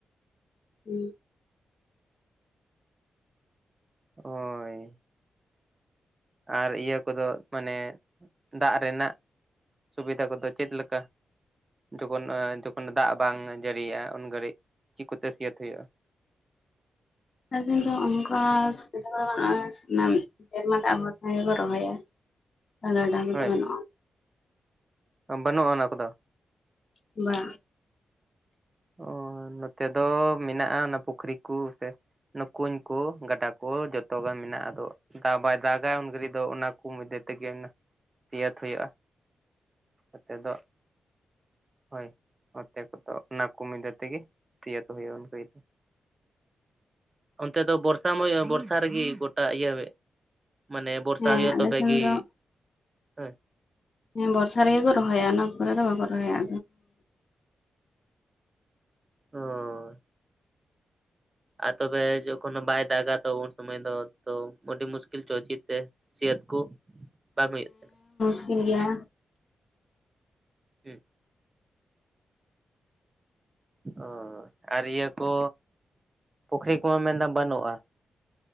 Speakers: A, on the left; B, on the right.
A: ᱦᱩᱸᱻ
B: ᱦᱳᱭ ᱟᱨ ᱤᱭᱟᱹ ᱠᱚᱫᱚ ᱢᱟᱱᱮ ᱫᱟᱜ ᱨᱮᱱᱟᱜ ᱥᱩᱵᱤᱫᱷᱟ ᱠᱚᱫᱚ ᱪᱮᱫ ᱞᱮᱠᱟ? ᱡᱚᱠᱷᱚᱱ ᱮ ᱡᱚᱠᱷᱚᱱ ᱫᱟᱜ ᱵᱟᱝ ᱡᱟᱹᱲᱤᱭᱟᱜᱼᱟ ᱩᱱ ᱜᱷᱟᱹᱲᱤᱡ ᱪᱮᱫ ᱠᱚᱛᱮ ᱥᱤᱭᱟᱹᱛ ᱦᱩᱭᱩᱜᱼᱟ᱾
A: ᱮᱠᱚᱱᱛᱳ ᱚᱱᱠᱟ ᱥᱩᱵᱤᱫᱟ ᱠᱚ ᱫᱚ ᱵᱟᱹᱱᱩᱜ-ᱟ᱾ ᱚᱱᱟ ᱥᱮᱨᱢᱟ ᱫᱟᱜ ᱵᱚᱨᱥᱟ ᱜᱮᱵᱚᱱ ᱨᱚᱦᱚᱭᱟ ᱜᱟᱰᱟ ᱠᱚᱫᱚ
B: ᱦᱳᱭ
A: ᱵᱟᱹᱱᱩᱜᱼᱟ᱾
B: ᱵᱟᱹᱱᱩᱜᱼᱟ ᱚᱱᱟ ᱠᱚᱫᱚ᱾
A: ᱵᱟᱝᱻ
B: ᱚ ᱱᱚᱛᱮ ᱫᱚ ᱢᱮᱱᱟᱜᱼᱟ ᱚᱱᱟ ᱯᱩᱠᱷᱨᱤ ᱠᱚ ᱥᱮ ᱠᱩᱸᱧ ᱠᱚ ᱜᱟᱰᱟ ᱠᱚ ᱡᱚᱛᱚ ᱜᱮ ᱢᱮᱱᱟᱜᱼᱟ ᱟᱫᱚ ᱫᱟᱜ ᱵᱟᱭ ᱫᱟᱜᱟ ᱩᱱ ᱜᱷᱟᱹᱲᱤᱡ ᱫᱚ ᱚᱱᱟ ᱠᱚ ᱢᱚᱫᱽᱫᱷᱮ ᱛᱮᱜᱮ ᱥᱤᱭᱟᱹᱛ ᱦᱩᱭᱩᱜᱼᱟ᱾ ᱱᱚᱸᱛᱮ ᱫᱚ ᱦᱳᱭ ᱱᱚᱛᱮ ᱠᱚᱫᱚ᱾ ᱚᱱᱟ ᱠᱚ ᱢᱤᱫᱟᱹ ᱛᱮᱜᱮ ᱥᱤᱭᱟᱹᱛ ᱦᱩᱭᱩᱜᱼᱟ ᱫᱚ ᱚᱱᱛᱮ ᱫᱚ ᱵᱚᱨᱥᱟᱢ ᱦᱳᱭᱳᱜ ᱵᱚᱨᱥᱟ ᱨᱮᱜᱮ ᱜᱚᱴᱟ ᱤᱭᱟᱹ ᱦᱳᱭᱳᱜ ᱾ ᱢᱟᱱᱮ ᱵᱚᱨᱥᱟ
A: ᱦᱮᱸ
B: ᱦᱩᱭᱩᱜᱼᱟ
A: ᱟᱞᱮ
B: ᱛᱚᱵᱮ
A: ᱥᱮᱱ
B: ᱠᱤ
A: ᱫᱚ
B: ᱦᱮᱸ
A: ᱦᱮᱸ ᱵᱚᱨᱥᱟ ᱨᱮᱜᱮ ᱠᱚ ᱨᱚᱦᱚᱭᱟ ᱚᱱᱟ ᱯᱚᱨᱮ ᱫᱚ ᱵᱟᱠᱚ ᱨᱚᱦᱚᱭᱟ
B: ᱚᱻ ᱟᱨ ᱛᱚᱵᱮ ᱡᱚᱠᱷᱚᱱᱳ ᱵᱟᱭ ᱫᱟᱜᱟ ᱛᱚ ᱩᱱ ᱥᱚᱢᱚᱭ ᱫᱚ ᱛᱚ ᱟᱹᱰᱤ ᱢᱩᱥᱠᱤᱞ ᱪᱚ ᱩᱪᱤᱛ ᱛᱮ ᱥᱤᱭᱟᱹᱛ ᱠᱚ ᱵᱟᱝ ᱦᱩᱭᱩᱜ ᱛᱮ
A: ᱢᱤᱫ ᱜᱮᱭᱟ ᱾
B: ᱮ ᱚ ᱟᱨ ᱤᱭᱟᱹ ᱠᱚ ᱯᱩᱠᱷᱨᱤ ᱠᱚᱢᱟ ᱢᱮᱱᱫᱟᱢ ᱵᱟᱹᱱᱩᱜᱼᱟ ᱾